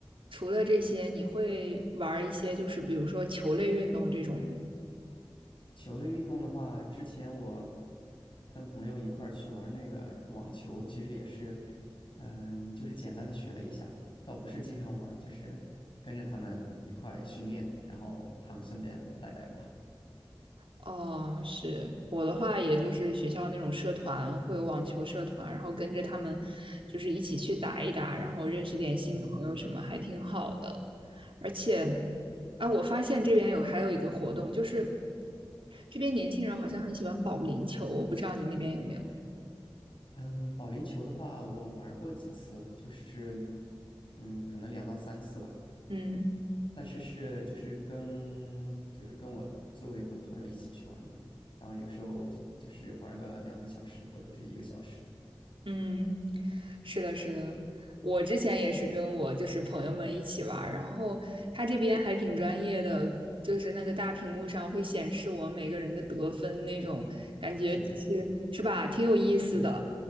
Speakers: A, on the right; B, on the left.
A: 除了这些，你会玩一些就是比如说球类运动这种吗？
B: 球类运动的话，之前我跟朋友一块儿去玩那个网球，其实也是，嗯，就是简单的学了一下，倒不是经常玩就是跟着他们一块儿训练，然后他们顺便带带我。
A: 哦，是我的话，也就是学校那种社团，会有网球社团，然后跟着他们就是一起去打一打，然后认识点新朋友什么，
B: 嗯
A: 还挺好的。而且，啊，我发现这边有还有一个活动，就是这边年轻人好像很喜欢保龄球，我不知道你那边有没有？
B: 嗯，保龄球的话，我玩过几次，就是嗯，可能两到三次吧，
A: 嗯。
B: 但是是就是跟就是跟我周围的朋友一起去玩的，然后有时候就是玩个两个小时或者是一个小时。
A: 嗯，是的，是的，我之前也是跟我就是朋友们一起玩儿，然后他这边还挺专业的，就是那个大屏幕上会显示我们每个人的得分那种感觉是是吧，
B: 是的。
A: 挺有意思的，
B: 对，